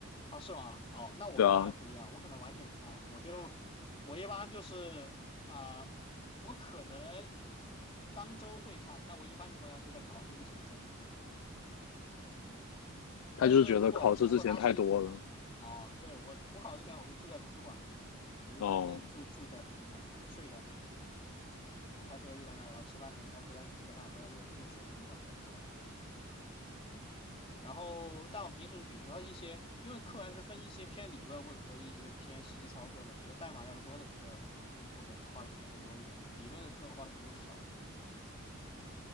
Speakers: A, on the left (about 25°); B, on the left (about 80°).
A: 啊是吗？哦，那我跟他还不一样，
B: 对啊，
A: 我可能完全不看，我就我一般就是啊、我可能当周会看，但我一般情况下是在考试之前再去看的对，但是如果如果他是
B: 他就是觉得考试之前太多了。
A: 哦，对我我考之前我是住在图书馆的嘛，我是真正住住在图书馆，
B: 哦，
A: 就睡在那儿，我开车就在那儿，然后吃饭的时候开车下去吃个饭，回来又又睡图书馆，就这种感觉。然后，但我平时比如说一些，因为课还是分一些偏理论或者说一些偏实际操作的，比如代码要多的课，我肯定花的时间会多一点；理论的课花的时间就少一点。